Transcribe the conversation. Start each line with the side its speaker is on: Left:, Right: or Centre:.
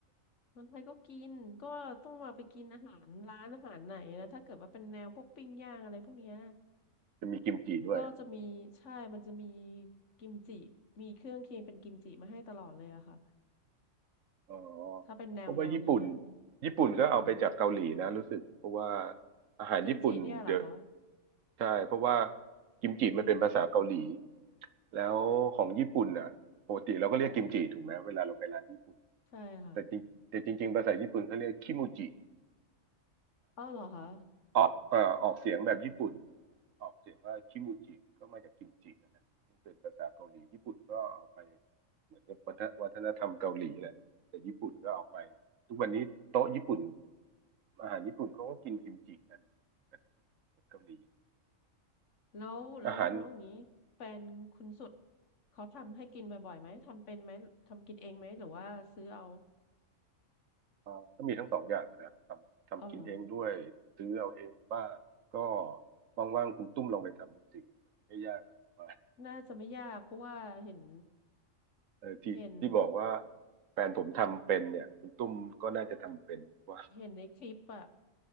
Left: คนไทยก็กินก็ต้องมาไปกินอาหารร้านอาหารไหนนะถ้าเกิดว่าเป็นแนวพวกปิ้งย่างอะไรพวกเนี้ย
Right: <laughs> จะมีกิมจิด้วย
Left: ก็จะมีใช่มันจะมีกิมจิมีเครื่องเคียงเป็นกิมจิมาให้ตลอดเลยอะค่ะ
Right: อ๋อ
Left: ถ้าเป็นแนวแนวนี้นะ
Right: เพราะว่าญี่ปุ่นญี่ปุ่นก็เอาไปจากเกาหลีนะรู้สึกเพราะว่า
Left: ค่ะ
Right: อาหารญี่ปุ่นเดอะ
Left: กิมจิเนี่ยเหรอคะ
Right: ใช่เพราะว่ากิมจิมันเป็นภาษาเกาหลีแล้วของญี่ปุ่นอ่ะปกติเราก็เรียกกิมจิถูกไหมเวลาเราไปร้านญี่ปุ่น
Left: ใช่ค่ะ
Right: แต่จริงแต่จริงๆภาษาญี่ปุ่นเขาเรียกคิมูจิ
Left: อ้าวเหรอคะ
Right: ออกเอ่อออกเสียงแบบญี่ปุ่น ออกเสียงว่าคิมูจิก็มาจากกิมจินั่นแหละซึ่งเป็นภาษาเกาหลีญี่ปุ่นก็เอาไปเหมือนกับวัฒนวัฒนธรรมเกาหลีแหละแต่ญี่ปุ่นก็เอาไปทุกวันนี้โต๊ะญี่ปุ่นอาหารญี่ปุ่นเขาก็กินกิมจิกันเหมือนเหมือนเกาหลี
Left: แล้วแล้วแล้วอย่างนี้แฟนคุณสุด
Right: อาหาร
Left: เขาทำให้กินบ่อยๆไหมทำเป็นไหมทำกินเองไหมหรือว่าซื้อเอา
Right: เอ่อก็มีทั้งสองอย่างนะทำทำกินเองด้วยซื้อเอาเองบ้างก็
Left: เอาเหรอ
Right: ว่างๆคุณตุ้มลองไปทำดูสิไม่ยากนะผมว่า
Left: น่าจะไม่ยากเพราะว่าเห็น
Right: เออที่ที่บอกว่า
Left: เห็น
Right: แฟนผมทำเป็นเนี่ยคุณตุ้มก็น่าจะทำเป็นว่า
Left: เห็นในคลิปอะ